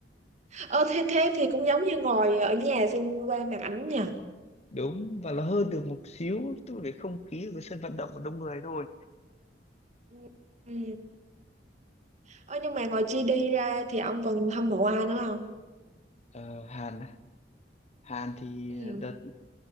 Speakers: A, on the right; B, on the left.
A: ờ thế thế thì cũng giống như ngồi ở nhà xem qua màn ảnh nha
B: đúng và nó hơn được một xíu tức là cái không khí của cái sân vận động của đông người thôi
A: ừ. Ừ. ờ nhưng mà ngoài GD ra thì ông còn hâm mộ ai nữa không
B: Ờ, Hàn á. Hàn thì
A: ừ.
B: đợt